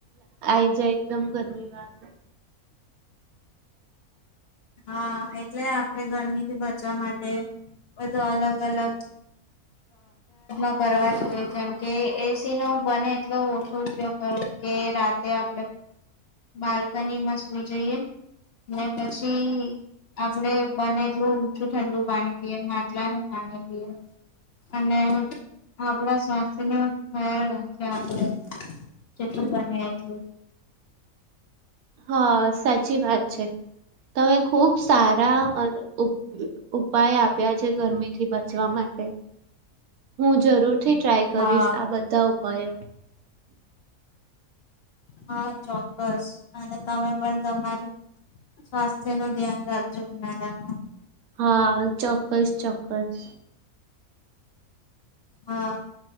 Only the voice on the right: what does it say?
આઈ જાય એકદમ ગરમીવાળું
હા સાચી વાત છે તમે ખૂબ સારા ઉ ઉપાય આપ્યા છે ગરમીથી બચવા માટે હું જરૂરથી ટ્રાય કરીશ
આ બધાં ઉપાયો
હા ચોક્કસ ચોક્કસ